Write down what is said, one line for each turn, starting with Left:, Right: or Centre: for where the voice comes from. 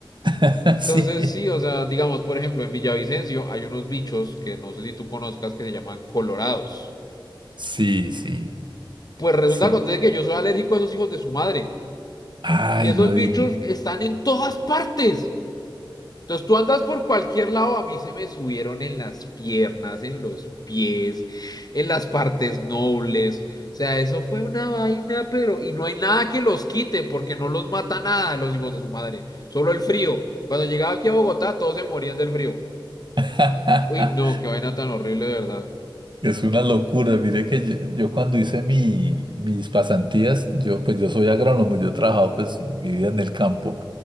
Right: <laughs> Sí,
Left: Entonces, sí, o sea, digamos, por ejemplo, en Villavicencio hay unos bichos que no sé si tú conozcas que se llaman colorados.
Right: sí, sí,
Left: Pues resulta
Right: sí.
Left: acontece que yo soy alérgico a esos hijos de su madre.
Right: Ay,
Left: Y esos
Right: no digas.
Left: bichos están en todas partes. Entonces tú andas por cualquier lado, a mí se me subieron en las piernas, en los pies, en las partes nobles. O sea, eso fue una vaina, pero... Y no hay nada que los quite, porque no los mata nada los hijos de su madre. Solo el frío. Cuando llegaba aquí a Bogotá, todos se morían del frío.
Right: <laughs>
Left: Uy, no, qué vaina tan horrible, de verdad.
Right: Es una locura. Mire que yo, yo cuando hice mi, mis pasantías, yo pues yo soy agrónomo, yo he trabajado pues mi vida en el campo